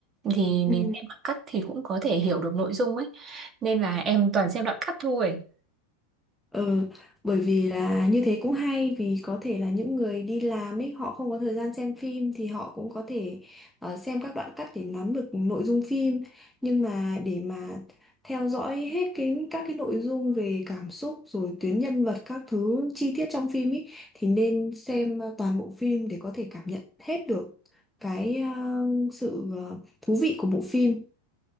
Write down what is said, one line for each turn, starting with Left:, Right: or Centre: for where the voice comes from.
Right: thì mình
Centre: Ừ.
Right: xem đoạn cắt thì cũng có thể hiểu được nội dung ấy nên là em toàn xem đoạn cắt thôi
Centre: Ờ, bởi vì là như thế cũng hay vì có thể là những người đi làm ấy họ không có thời gian xem phim thì họ cũng có thể ờ, xem các đoạn cắt để nắm được nội dung phim nhưng mà để mà theo dõi hết cái các cái nội dung về cảm xúc rồi tuyến nhân vật các thứ chi tiết trong phim ấy thì nên xem ờ, toàn bộ phim để có thể cảm nhận hết được cái ờ, sự ờ, thú vị của bộ phim.